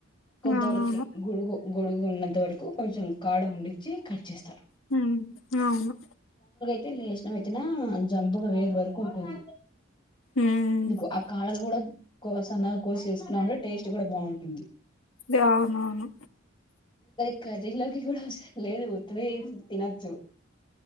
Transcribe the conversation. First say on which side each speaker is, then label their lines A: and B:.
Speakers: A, on the left; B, on the left.
A: కొంత
B: అవునవును
A: వరకే గొడుగు గొడుగు ఉన్నంత వరకు కొంచెం కడమ్ వండించి కట్టజెస్త
B: హు అవును
A: నీన్ లేచన వెన్తనా జంపుగా వేరువార్కుంటుంది
B: ఉమ్
A: నీకు ఆ కడలు కూడా కోసన్న కోసి వేసుకున్నాంటే టేస్ట్ కూడా బావుంటుంది.
B: దే అవునవును
A: గదిల్లోకి కూడా అవసరం లేదు ఒత్తిడేం తినొచ్చు